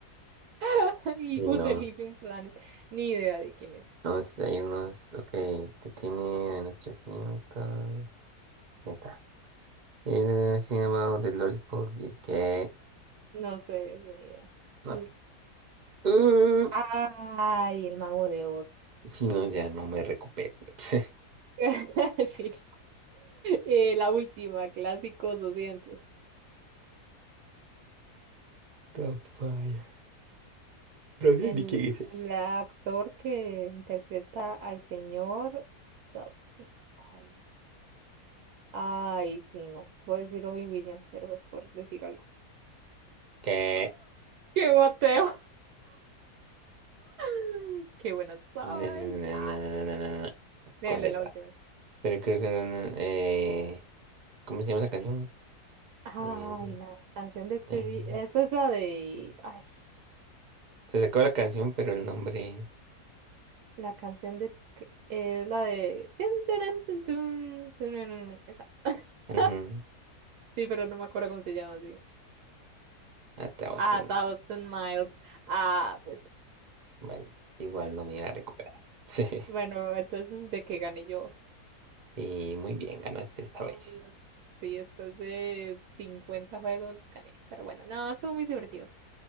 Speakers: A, on the right (about 80°); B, on the right (about 45°).
A: <laughs> y
B: Y
A: Good
B: no,
A: The Living Planet. Ni idea de quién es.
B: no sé, hay unos, ok, te tiene a unos trescientos ya está. Y el llamado de Lollipop, y el que,
A: No sé, es buena idea.
B: no
A: Mm.
B: sé. Uh,
A: Ay, el mago de Oz.
B: si no, ya no me recupero. <laughs>
A: <laughs> Sí. no. Eh, la última, clásicos doscientos
B: Doubtfire. No sé
A: El,
B: <laughs> ni quién es ese.
A: el actor que interpreta al señor. no, Ay, ay, sí, no. Voy a decir Robbie Williams, pero es por decir algo.
B: Que,
A: ¡Qué Mateo! <laughs> ¡Qué buena soy!
B: na, na, na,
A: ¡Ya!
B: na, na, na, na, na, na.
A: Déjale
B: Coger esta.
A: la última. vez.
B: Pero creo que, era una- eh, ¿cómo se llama la canción?
A: Ay,
B: Eh,
A: la canción de Terry.
B: em,
A: Esa es la de. Ay,
B: se sacó la canción, pero el nombre,
A: la canción de. que- Es la de. tun, turun, tun, tun, tururun, Esa. <laughs>
B: ujú,
A: Sí, pero no me acuerdo cómo se llama así.
B: A Thousand.
A: A Thousand Miles. Ah, pues.
B: Bueno, igual no me iba a recuperar. <laughs>
A: Bueno, entonces de que gané yo.
B: Y muy bien, ganaste esta vez.
A: Mm, Sí, después de 50 juegos gané. Pero bueno, no, estuvo muy divertido.